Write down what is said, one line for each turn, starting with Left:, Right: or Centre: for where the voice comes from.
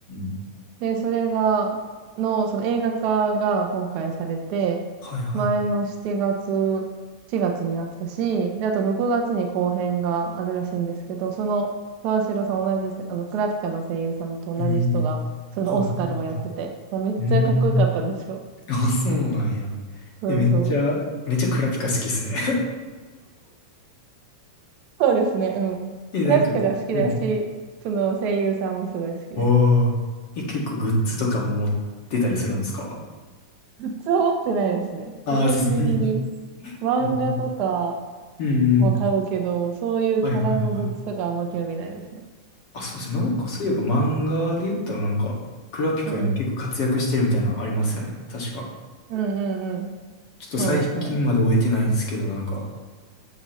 Left: ん。
Right: で、それが、の、その映画化が今回されて、
Left: はいはい。
Right: 前の7月、4月にあったし、で、あと6月に後編があるらしいんですけど、その、沢城さん同じです、あの、クラピカの声優さんと同じ人が、
Left: えー、
Right: そのオスカルをやってて、
Left: はいはいはい。
Right: もうめっちゃかっこよかったんですよ。
Left: うーん。<laughs> あ、そうなんや。
Right: そうそう。
Left: え、めっちゃ、めっちゃクラピカ好きっすね。
Right: そうですね、うん。
Left: <laughs> え、
Right: クラピカが好きだし、
Left: なんか、うん。
Right: その声優さんもすごい好きですね。
Left: おー。え、結構グッズとかも持ってたりするんですか
Right: グッズ持ってないですね。
Left: あ
Right: 基本的に
Left: <laughs> あー、さすがに。
Right: 漫画とか
Left: <laughs> えうんうん。
Right: は買うけど、そういうキャラのグッズとかあんま興味ないですね。
Left: はいはいはい。あ、そうですね。なんかそういえば漫画で言ったらなんか、クラピカ今結構活躍してるみたいなのありますよね。
Right: うんうん。
Left: 確か。
Right: うんうんうん。
Left: ちょっと最近まで終えてないんですけど、
Right: そうですね。
Left: なんか、